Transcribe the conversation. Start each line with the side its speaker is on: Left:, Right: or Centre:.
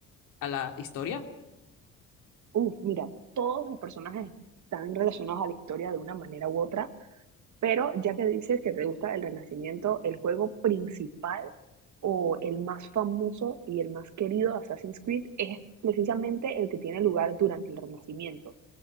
Left: a la historia?
Right: Uf, mira, todos los personajes están relacionados a la historia de una manera u otra, pero ya que dices que te gusta el Renacimiento, el juego principal o el más famoso y el más querido de Assassin's Creed es precisamente el que tiene lugar durante el Renacimiento.